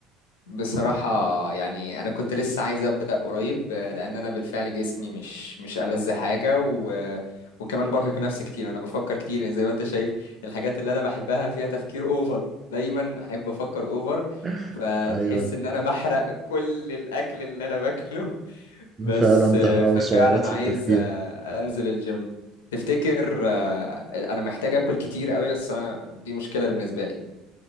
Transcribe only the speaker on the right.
<laughs>
أيوه
فعلا بتحرق
سعرات في
التفكير